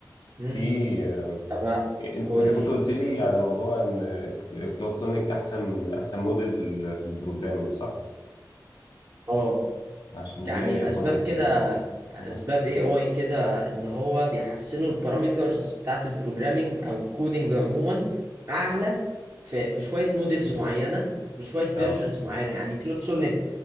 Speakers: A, on the right; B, on the left.
A: مم.
B: في آه،
A: طب
B: انت
A: قول
B: أنت
A: لي
B: كنت قلت لي على موضوع ان كلود سونيك احسن احسن موديل في ال- في البروجرامنج صح
A: اه
B: عشان
A: يعني
B: دي ايه
A: الاسباب
B: اخدها كده
A: كده اسباب
B: اه
A: اي اي كده ان هو بيحسنوا البارامترز بتاعت البروجرامينج او الكودينج عموما اعلى في في شويه موديلز معينه بشويه فيرجنز
B: اه
A: معينه يعني كلود سونيت